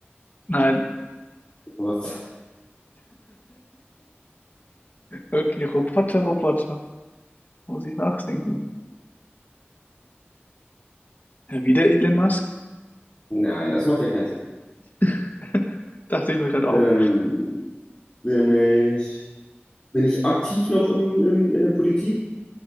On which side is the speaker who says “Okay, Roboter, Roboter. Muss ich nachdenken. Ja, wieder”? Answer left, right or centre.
Left